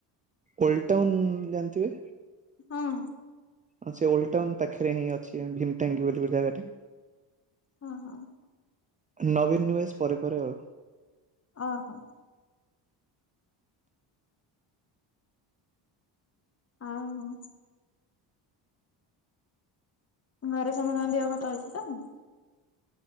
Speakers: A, on the right; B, on the left.
A: ଓଲ୍ଡ ଟାଉନୁ ଜାଣିଥିବେ?
B: ହଁ।
A: ହଁ ସେ ଓ଼ଲ୍ଡ ଟାଉନୁ ପାଖରେ ହିଁ ଅଛି ଭୀମ ଟାଙ୍କ ବୋଲି ଜାଗା ଟେ।
B: ହଁ ହଁ।
A: ନବୀନି ନିବେଶ ପରେ ପରେ ଆଉ।
B: ଅହଁ। ଆହଁ। ଘରେ ଶୁଣୁନାହାନ୍ତି ଆଉ କଥା ଅଛି ତ? <unintelligible>